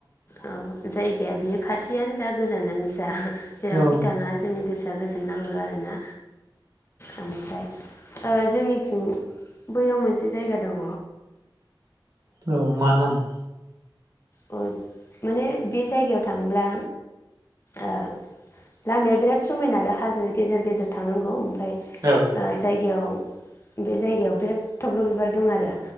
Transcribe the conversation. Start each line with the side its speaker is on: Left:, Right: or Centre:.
Left: ओ जायगाया बे खाथियानो जा गोजानानो जा जेरावखि
Right: औ
Left: थाङा जोंनि गोसोआ गोज नांगौल' आरोना ओमफ्राय ओ जोंनिथिं बैयाव मोनसे जायगा दङ
Right: औ मा नाम?
Left: अ माने बे जायगायाव थांब्ला ओ लामाया बिराद समायना आरो हाजो गेजेर गेजेर थांनांगौ ओम फाय
Right: औ
Left: ओ जायगायाव बे जायगायाव बिराद थब्ल' बिबार दं आरो